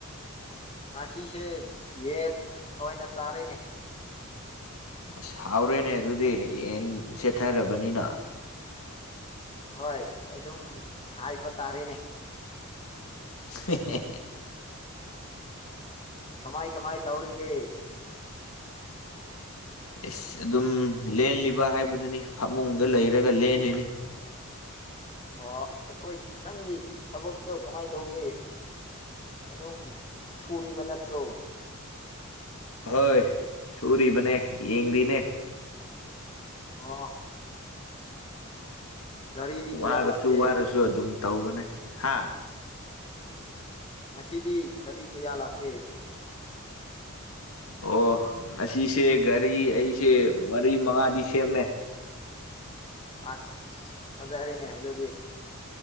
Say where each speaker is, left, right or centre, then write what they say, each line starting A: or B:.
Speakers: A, on the left; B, on the left.
A: ꯉꯁꯤꯁꯦ ꯌꯦꯟ ꯑꯣꯏꯅ ꯆꯥꯔꯦꯅꯦ
B: ꯑꯁ ꯍꯥꯎꯔꯦꯅꯦ ꯑꯗꯨꯗꯤ ꯌꯦꯟ ꯁꯦꯠꯊꯔꯕꯅꯤꯅ
A: ꯍꯣꯏ ꯑꯗꯨꯝ ꯍꯥꯏꯕ ꯇꯥꯔꯦꯅꯦ
B: <inaudible>
A: ꯀꯃꯥꯏ ꯀꯃꯥꯏ ꯇꯧꯔꯤꯒꯦ
B: ꯏꯁ ꯑꯗꯨꯝ ꯂꯦꯜꯂꯤꯕ ꯍꯥꯏꯕꯗꯨꯅꯤ ꯐꯃꯨꯡꯗ ꯂꯩꯔꯒ ꯂꯦꯜꯂꯤꯅꯤ
A: ꯑꯣ ꯑꯩꯈꯣꯏ ꯅꯪꯒꯤ ꯊꯕꯛꯇꯣ ꯀꯃꯥꯏꯅ ꯇꯧꯒꯦ ꯑꯗꯨꯝ ꯁꯨꯔꯤꯕ ꯅꯠꯇ꯭ꯔꯣ
B: ꯍꯣꯏ ꯁꯨꯔꯤꯕꯅꯦ ꯌꯦꯡꯔꯤꯅꯦ
A: ꯑꯣ ꯒꯥꯔꯤꯗꯤ
B: ꯋꯥꯔꯕꯁꯨꯨ
A: ꯀꯌꯥ ꯂꯥꯛꯀꯦ
B: ꯋꯥꯔꯁꯨ ꯑꯗꯨꯝ ꯇꯧꯕꯅꯦ ꯍꯥꯥ
A: ꯑꯣ ꯉꯁꯤꯗꯤ ꯒꯥꯔꯤ ꯀꯌꯥ ꯂꯥꯛꯀꯦ
B: ꯑꯣ ꯉꯁꯤꯁꯦ ꯒꯥꯔꯤ ꯑꯩꯁꯦ ꯃꯔꯤ ꯃꯉꯥꯗꯤ ꯁꯦꯝꯃꯦ
A: ꯑꯁ ꯐꯖꯔꯦꯅꯦ ꯑꯗꯨꯗꯤ